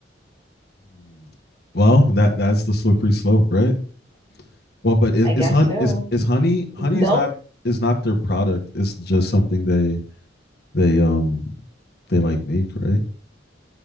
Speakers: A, on the left; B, on the right.
A: Mm, Well, that that's the slippery slope, right? Well, but is
B: I guess
A: is hun
B: so.
A: is is honey honey
B: Milk?
A: is not is not their product. It's just something they they um they like make, right?